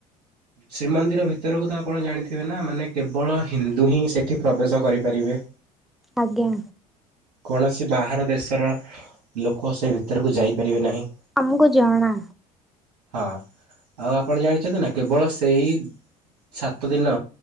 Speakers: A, on the right; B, in the centre.
A: ଶ୍ରୀମନ୍ଦିର ଭିତରକୁ ତ ଆପଣ ଜାଣିଥିବେ ନା, ମାନେ କେବଳ ହିନ୍ଦୁ ହିଁ ସେଠି ପ୍ରବେଶ କରିପାରିବେ।
B: ଆଜ୍ଞା।
A: କୌଣସି ବାହାର ଦେଶର ଲୋକ ସେ ଭିତରକୁ ଯାଇପାରିବେ ନାହିଁ।
B: ଆମକୁ ଜଣା।
A: ହଁ, ଆଉ ଆପଣ ଜାଣିଛନ୍ତି ନା? କେବଳ ସେଇ ସାତ ଦିନ